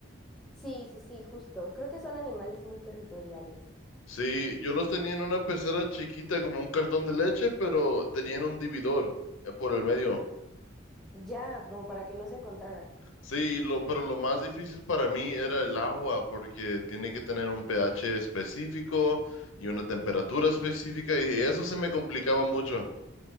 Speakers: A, in the centre; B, on the left.
A: Sí, sí, sí, justo. Creo que son animales muy territoriales.
B: Sí, yo los tenía en una pecera chiquita como un cartón de leche, pero tenían un dividor eh, por el medio.
A: Ya, como para que no se encontraran.
B: Sí, lo, pero lo más difícil para mí era el agua, porque tiene que tener un pH específico y una temperatura específica, y eso se me complicaba mucho.